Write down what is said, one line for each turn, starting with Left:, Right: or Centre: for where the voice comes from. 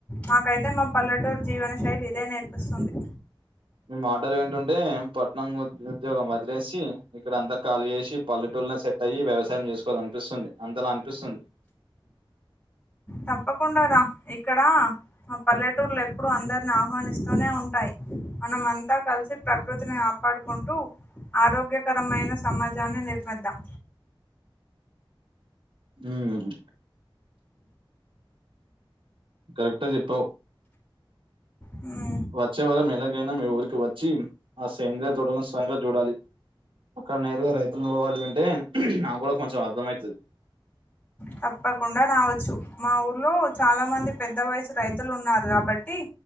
Left: మాకైతే మా పల్లెటూరి జీవన శైలి ఇదే నేర్పిస్తుంది
Right: మీ మాటలు వింటుంటే ప ట్నం ఉద్యోగం వదిలేసి ఇక్కడంతా కాళీ జేసి పల్లెటూళ్ళోనే సెట్టయ్యి వ్యవసాయం జేస్ కోళ్ళ అనిపిస్తుంది అంతలా అనిపిస్తుంది
Left: తప్పకుండా రా ఇక్కడా మా పల్లెటూర్లు ఎప్పుడూ అందరిని ఆహ్వానిస్తూనే ఉంటాయ్ మనంమంతా కలిసి ప్రకృతిని ఆ కాపాడుకుంటూ ఆరోగ్యకరమైన సమాజాన్ని నిర్మిద్దాం
Right: ఊమ్ కరెక్టే జెప్పావ్
Left: ఉ
Right: వచ్చే వారం ఎలాగైనా మీ ఊరికి వొచ్చి ఆ సేంద్రయ తోటను స్వయంగా జూడాలి అక్కడ నేరుగా రైతులు బోవాలి అంటే నాగ్గుడ కొంచెం అర్ధంమైతది
Left: తప్పకుండా రావచ్చు మా ఊర్లో చాలా మంది పెద్ద వయసు రైతులు ఉన్నారు గాబట్టి